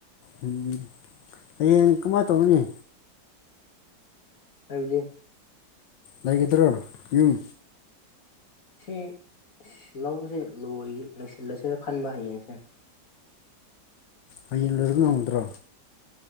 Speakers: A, on the left (about 85°); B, on the left (about 50°).
A: ꯎꯝ ꯍꯌꯦꯡ ꯀꯃꯥꯏꯅ ꯇꯧꯔꯨꯅꯤ
B: ꯍꯥꯏꯕꯗꯤ
A: ꯂꯩꯒꯗ꯭ꯔꯣ ꯌꯨꯝ
B: ꯁꯤ ꯂꯧꯁꯦ ꯂꯣꯏ ꯂꯣꯏꯁꯤꯜꯂꯁꯤꯔ ꯈꯟꯕ ꯍꯌꯦꯡꯁꯦ
A: ꯍꯌꯦꯡ ꯂꯣꯏꯕ ꯉꯝꯒꯗ꯭ꯔꯣ